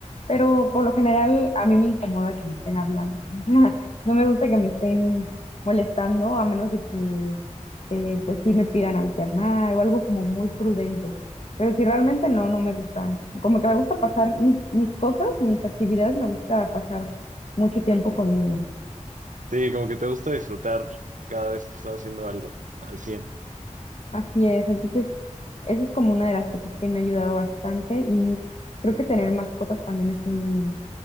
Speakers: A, on the left; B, on the right.
A: Pero por lo general a mí me incomoda que me estén hablando. <laughs> O sea, no me gusta que me estén molestando a menos de que eh, pues sí me pidan alternar o algo como muy prudente. Pero si realmente no, no me gusta. Como que me gusta pasar mis, mis cosas, mis actividades, me gusta pasar mucho tiempo conmigo.
B: Sí, como que te gusta disfrutar cada vez que estás haciendo algo al cien
A: Así es, entonces eso es como una de las cosas que me ha ayudado bastante y creo que tener mascotas también es un,